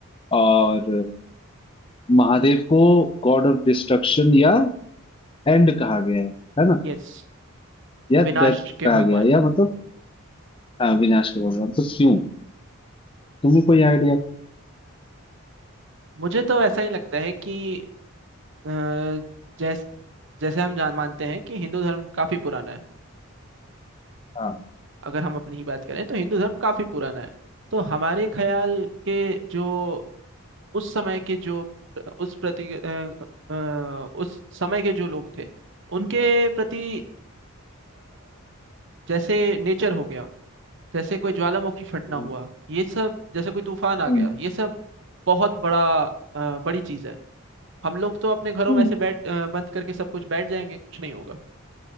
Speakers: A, on the left; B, on the right.
A: और महादेव को गॉड ऑफ डिस्ट्रक्शन या एंड कहा गया है है ना
B: यस
A: या
B: विनाश
A: डेथ
B: के
A: कहा
B: भगवान
A: गया है या मतलब हाँ, विनाश का भगवान तो क्यों तुम्हें कोई आइडिया
B: मुझे तो ऐसा ही लगता है कि जैसे जैसे हम जान मानते हैं कि हिंदू धर्म काफी पुराना है
A: हाँ
B: अगर हम अपनी ही बात करें तो हिंदू धर्म काफी पुराना है तो हमारे ख्याल के जो उस समय के जो उस प्रति अ, अ, उस समय के जो लोग थे उनके प्रति अ, जैसे नेचर हो गया जैसे कोई ज्वालामुखी फटना
A: हम्म
B: हुआ ये सब जैसे कोई तूफान आ
A: हम्म
B: गया ये सब बहुत बड़ा अ, बड़ी चीज है हम लोग तो अपने घरों
A: हम्म,
B: में ऐसे बैठ अ, बंद करके सब कुछ बैठ जाएंगे कुछ नहीं होगा